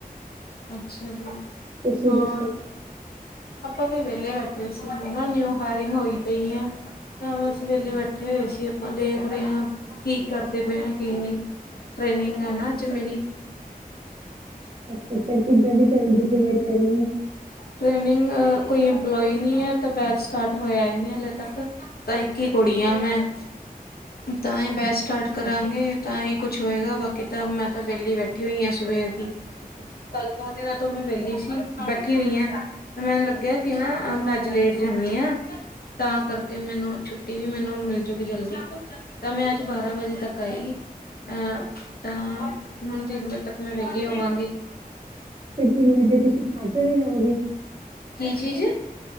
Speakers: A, on the left; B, on the right.
A: ਅੱਛਾ ਜੀ
B: ਤੁਸੀਂ
A: ਹੋਰ।
B: ਦੱਸੋ?
A: ਆਪਾਂ ਵੀ ਵਿਹਲੇ ਬੈਠੇ ਸੀ ਹਨ ਨਿਊ ਹਾਇਰਿੰਗ ਹੋਈ ਪਈ ਆ। ਬਸ ਵੇਲੇ ਬੈਠੇ ਹੋਏ ਸੀ ਆਪਾਂ ਦੇਖ ਰਹੇ ਹਾਂ ਕੀ ਕਰਦੇ ਪਏ ਹਾਂ ਕੀ ਨਹੀਂ। ਟ੍ਰੇਨਿੰਗ ਹੈ ਨਾ ਅੱਜ ਮੇਰੀ।
B: ਅੱਛਾ-ਅੱਛਾ ਕਿੱਦਾਂ ਦੀ ਚੱਲਦੀ ਪਈ ਹੈ ਟ੍ਰੇਨਿੰਗ।
A: ਟ੍ਰਨਿੰਗ ਕੋਈ ਇਂਪਲੋਈ ਨਹੀਂ ਹੈ ਬੈਚ ਸਟਾਰਟ ਹੋਇਆ ਹੀ ਨਹੀਂ ਹਾਲੇ ਤੱਕ। ਤਾਂ ਇੱਕ ਹੀ ਕੁੜੀ ਆ ਮੈਂ ਤਾਂ ਇਹ ਬੈਚ
B: ਅੱਛਾ
A: ਸਟਾਰਟ। ਕਰਾਂਗੇ ਤਾਂ ਹੀ ਕੁੱਛ ਹੋਏਗਾ ਬਾਕੀ ਤਾਂ ਮੈਂ ਤਾਂ ਵਿਹਲੀ ਬੈਠੀ ਹੋਈ ਹਾਂ ਸਵੇਰ ਦੀ। ਕੱਲ ਦੋ ਦਿਨਾਂ ਤੋਂ ਮੈਂ ਵਿਹਲੀ ਸੀ ਬੈਠੀ ਹੋਈ ਹਾਂ। ਤੇ ਮੈਨੂੰ ਲੱਗਿਆ ਕਿ ਨਾ ਮੈਂ ਅੱਜ ਲੇਟ ਜਾਂਦੀ ਆਂ ਤਾਂ ਕਰਕੇ ਮੈਨੂੰ ਛੁੱਟੀ ਵੀ ਮੈਨੂੰ ਮਿਲਜੂਗੀ ਜਲਦੀ ਤਾਂ ਮੈਂ ਅੱਜ ਬਾਰਾਂ ਵਜੇ ਤੱਕ ਆਈ। ਅਹ ਤਾਂ ਹੁਣ ਤਿੰਨ ਵਜੇ ਤੱਕ ਮੈਂ ਵਿਹਲੀ ਹੋ ਜਾਵਾਂਗੀ।
B: ਫਿਰ ਤਿੰਨ ਵਜੇ ਤੁਸੀਂ ਚਲੇ ਜਾਓਗੇ।
A: ਕੀ ਚੀਜ਼।